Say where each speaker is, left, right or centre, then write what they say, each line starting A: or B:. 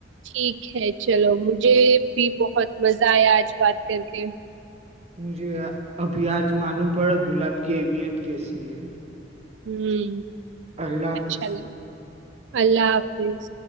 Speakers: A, on the right; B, on the right.
A: ٹھیک چلو مجھے بھی بہت مزہ آیا آج بات کر کے
B: مجھے ابھی آج معلوم پڑا گلاب کی اہمیت کیسی ہے
A: ہوں
B: اللہ حافظ
A: اچھا لگا، اللہ حافظ